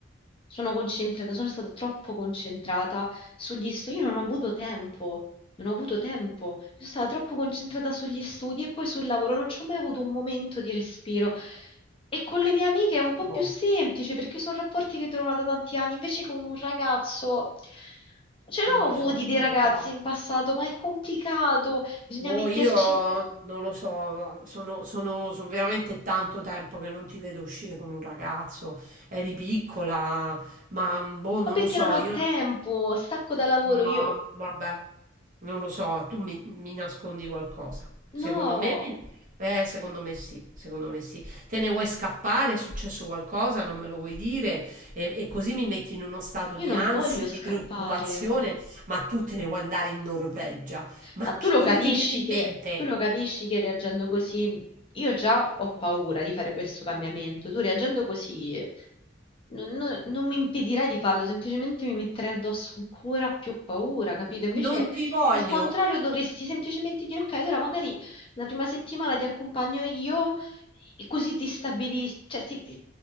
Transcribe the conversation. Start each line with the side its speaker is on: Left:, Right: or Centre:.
Left: Sono concentrata, sono stata troppo concentrata sugli studi, io non ho avuto tempo, non ho avuto tempo, io sono stata troppo concentrata sugli studi e poi sul lavoro, non ci ho mai avuto un momento di respiro. E con le mie amiche è un po'
Right: Boh,
Left: più semplice perché sono rapporti che durano da tanti anni, invece con un ragazzo ce l'ho
Right: non lo
Left: avuti
Right: so,
Left: dei
Right: non
Left: ragazzi
Right: lo so.
Left: in passato, ma è complicato, bisogna
Right: Boh,
Left: metterci,
Right: io non lo so, sono sono so veramente tanto tempo che non ti vedo uscire con un ragazzo. Eri piccola, ma, mhmm, boh, non
Left: ma perché
Right: lo so,
Left: non ho
Right: io
Left: tempo, stacco da lavoro,
Right: Ma
Left: io
Right: vabbè, non lo so, tu mi, mi nascondi qualcosa.
Left: no,
Right: Secondo me, mi- eh, secondo me sì, secondo me sì. Te ne vuoi scappare, è successo qualcosa, non me lo vuoi dire e, e così mi metti in uno stato
Left: io
Right: di
Left: non
Right: ansia,
Left: voglio scappare.
Right: di preoccupazione, ma tu te ne vuoi andare in Norvegia. Ma
Left: Ma tu
Right: che-
Left: lo
Right: come
Left: capisci
Right: ti viene in
Left: che,
Right: mente?
Left: tu lo capisci che reagendo così, io già ho paura di fare questo cambiamento. Tu reagendo così non, non- non mi impedirai di farlo, semplicemente mi metterai addosso ancora più paura, capito? Invece,
Right: Non ti voglio.
Left: al contrario, dovresti semplicemente dire, ok, allora magari la prima settimana ti accompagno io e così ti stabilisci, cioè ti- ti-